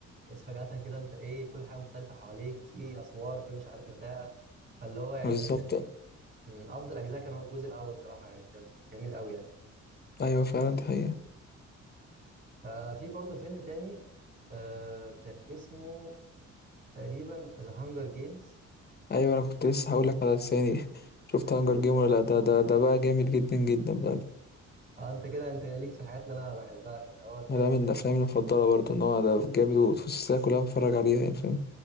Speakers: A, on the right; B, on the left.
A: فجأة كده انت ايه كل حاجه مختلفه حواليك وفي اسوار وفي مش عارف متاهه فاللي هو يعني
B: بالظبط
A: كان من افضل اجزاء كان هو الجزء الاول صراحه يعني كان جميل قوي يعني
B: ايوه فعلا دي حقيقة
A: ففي برضه فيلم تاني آه كان اسمه تقريبا ذا هانجر جيمز
B: أيوه أنا كنت لسه هاقول لك على لساني <laughs> شُفت Hunger
A: بالظبط
B: Game والّا لأ؟ ده ده ده بقى جامد جدًا، جدًا بقى،
A: اه انت كده انت ليك في الحاجات اللي انا بحبها هو فعلا
B: وده من أفلامي المفضلة برضه، إن هو ده جامد والسلسلة كلّها باتفرّج عليها يعني فاهم،